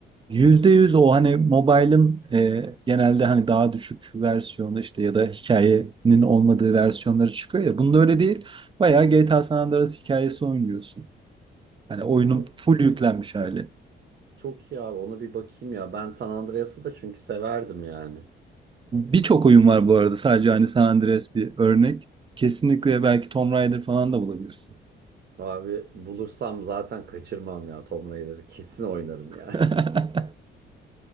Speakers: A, on the right; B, on the right.
A: yüzde yüz o hani mobile'ın e, genelde hani daha düşük versiyonu işte ya da hikayenin olmadığı versiyonları çıkıyor ya. Bunda öyle değil. Bayağı GTA San Andreas hikayesi oynuyorsun. Hani oyunun
B: Aa,
A: full yüklenmiş hali.
B: çok iyi abi ona bir bakayım ya. Ben San Andreas'ı da çünkü severdim yani.
A: Birçok oyun var bu arada. Sadece hani San Andreas bir örnek. Kesinlikle belki Tomb Raider falan da bulabilirsin.
B: Abi bulursam zaten kaçırmam ya Tomb Raider'ı. Kesin oynarım yani.
A: <laughs>